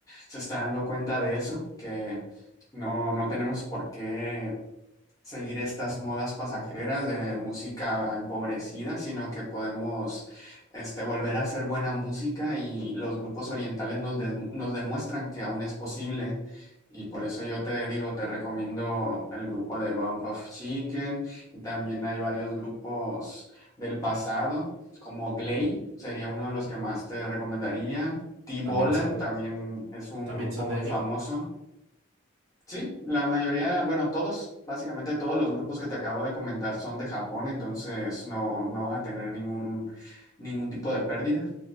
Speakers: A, on the left; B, on the right.
A: se está dando cuenta de eso, que no, no tenemos por qué seguir estas modas pasajeras de música empobrecida, sino que podemos este, volver a hacer buena música y los grupos orientales nos, des- nos demuestran que aún es posible. Y por eso yo te digo, te recomiendo el grupo de Bump of Chicken y también hay varios grupos del pasado, como Glay, sería uno de los que más te recomendaría. T-Bolan
B: También son,
A: también es un
B: también
A: grupo
B: son
A: muy
B: de allá.
A: famoso. Sí, la mayoría, bueno, todos, básicamente todos los grupos que te acabo de comentar son de Japón, entonces no, no vas a tener ningún, ningún tipo de pérdida.